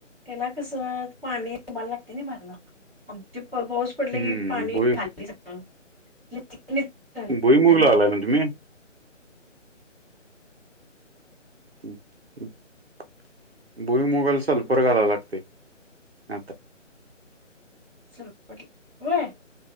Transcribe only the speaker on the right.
हम्म
भुई
भुईमूग
लावलाय ना तुम्ही? <unintelligible> भुईमुगाला सल्पर घालाव लागतय, आता